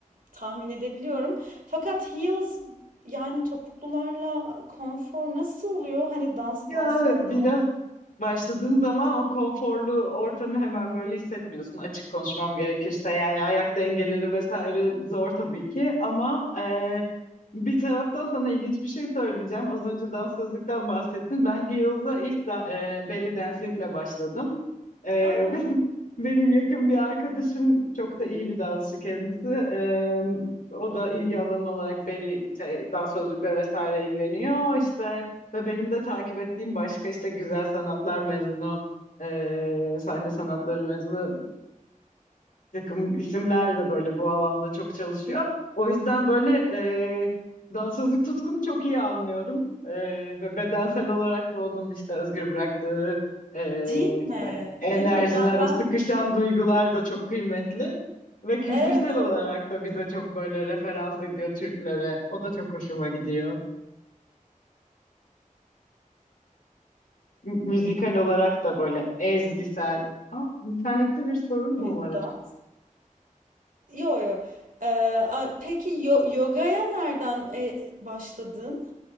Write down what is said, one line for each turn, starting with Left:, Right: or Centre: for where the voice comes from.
Right: tahmin edebiliyorum. Fakat heels yani topuklularla konfor nasıl oluyor? Hani danstan
Left: ya
Right: sonra.
Left: evet, biraz Başladığın zaman o konforlu ortamı hemen böyle hissetmiyorsun açık konuşmam gerekirse. Yani ayak dengeleri vesaire zor tabii ki ama e, bir taraftan sana ilginç bir şey söyleyeceğim. Az önce sözlükten bahsettin. Ben Heels'a ilk da, e, belly dancingle başladım. E,
Right: Aa,
Left: <laughs> benim yakın bir arkadaşım çok da iyi bir dansçı kendisi. E, o da ilgi alanı olarak belly şey, dans sözlükle vesaire ilgileniyor. İşte ve benim de takip ettiğim başka işte güzel sanatlar mezunu, e, sahne sanatları mezunu bir takım isimler de böyle bu alanda çok çalışıyor. O yüzden böyle e, dansözlük tutkunu çok iyi anlıyorum. E, ve bedensel olarak da onun işte özgür bıraktığı e,
Right: değil mi?
Left: işte enerjiler,
Right: Değil mi? Ben ben
Left: o sıkışan duygular da çok kıymetli. Ve kültürsel
Right: evet evet.
Left: olarak da bize çok böyle referans ediyor Türklere. O da çok hoşuma gidiyor. mü- müzikal olarak da böyle ezgisel. Aa, internette bir sorun
Right: Evet,
Left: mu var acaba?
Right: dans. Yo yo. Ee, a- peki yo- yogaya nereden e, başladın?